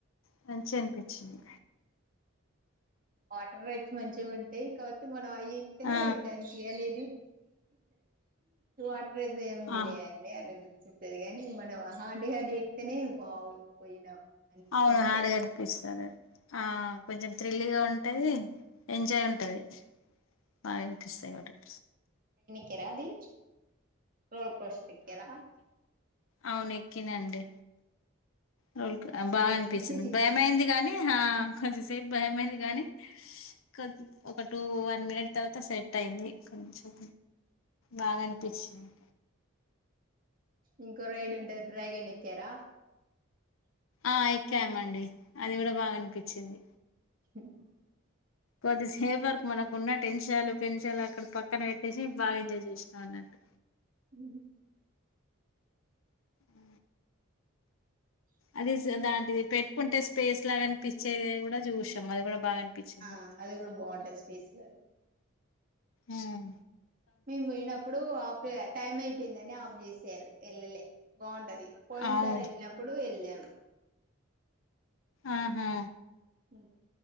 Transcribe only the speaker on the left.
మంచిగా అనిపించింది
ఆ
ఆ
అవును
హాడ్గా అనిపిస్తుంది ఆ కొంచెం థ్రిల్లీగా ఉంటది ఎంజాయ్ ఉంటది బాగా అనిపిస్తాయి వాటర్
అవునెక్కినండి రోల్
బాగా అనిపించింది
భయమైంది గానీ అ కొంచెం సేపు భయమైంది గాని కొ ఒక టూ వన్ మినిట్ తర్వాత సెట్ అయింది కొంచెం బాగా అనిపించింది
ఆ ఎక్కామండి అది కూడా బాగా అనిపించింది
కొద్ది సేఫ్ వర్క్ మనకు ఉన్న టెన్షాలు పెన్షాలు అక్కడ ప క్కన పెట్టేసి బాగా ఎంజాయ్ చేసినాం అన్నట్టు
అ అది దాంటిది పెట్టుకుంటే స్పేస్ లాగానిపించేది కూడా చూశాం అది కూడా బాగా అనిపించింది
ఉం
అవు
ఆహా